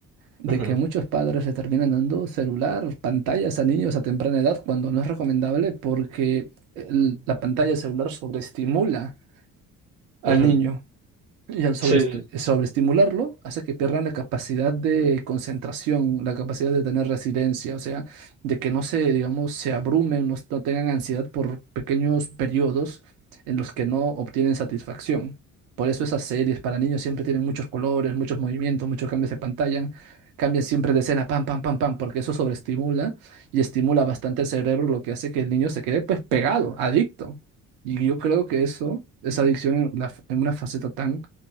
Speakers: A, on the right (about 60°); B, on the right (about 85°).
A: de
B: ujú,
A: que muchos padres le terminan dando celular, pantallas a niños a temprana edad cuando no es recomendable porque el- la pantalla celular sobreestimula al
B: ujú,
A: niño. Y al sobreestu-
B: Sí, sí,
A: sobreestimularlo hace que pierdan la capacidad de concentración, la capacidad de tener residencia, o sea, de que no se, digamos, se abrumen, no, no tengan ansiedad por pequeños periodos en los que no obtienen satisfacción. Por eso esas series para niños siempre tienen muchos colores, muchos movimientos, muchos cambios de pantalla, cambian siempre de escena, pam, pam, pam, pam, porque eso sobreestimula y estimula bastante el cerebro, lo que hace que el niño se quede pues pegado, adicto. Y yo creo que eso, esa adicción en la- en una faceta tan